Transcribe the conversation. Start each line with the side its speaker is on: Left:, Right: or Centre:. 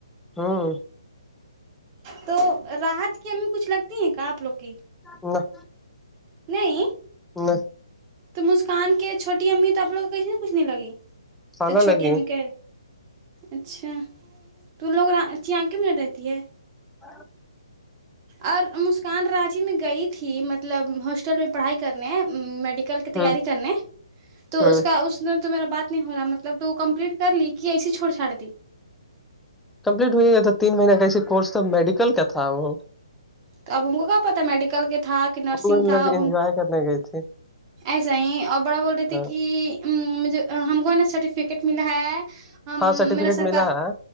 Centre: ہاں
Right: تو راحت کی ہمیں کچھ لگتی ہیں کیا آپ لوگ کی
Centre: نہ
Right: نہیں
Centre: نہ
Right: تو مسکان کے چھوٹی امی تو آپ لوگ کو کسی نہ کچھ نہیں لگ
Centre: خالہ
Right: چھوٹی
Centre: لگی
Right: امی کے اچھا تو لوگ آگے میں رہتی ہے
Centre: ہاں
Right: اور مسکان رانچی میں گئی تھی مطلب ہاسٹل میں پڑھائی کرنے میڈیکل
Centre: ہوں
Right: کی تیاری کرنے تو
Centre: ہوں
Right: اس کا اس ات تو میرا بات نہیں ہو رہا مطلب تو کمپلیٹ کر لی کہ ایے ہی چوڑ چاڑ دی
Centre: کمپلیٹ ہوئی گیا تھا تین مہینہ کا ایے کورس تھا میڈیکل کا تھا وہ
Right: تو اب ان کو کیا پتا میڈیکل کے تھااک کہ نرسنگ
Centre: وہ مطلب
Right: تھا اب ہم
Centre: انجوائے کرنے گئی تھی
Right: ایسا ہی اور بڑا بول رہے تھے
Centre: ہاں
Right: کہ مجھے ہم کو سرٹیفکیٹ ملا ہے ہم
Centre: ہاں سرٹیفکیٹ
Right: میرا سرکار
Centre: ملا ہے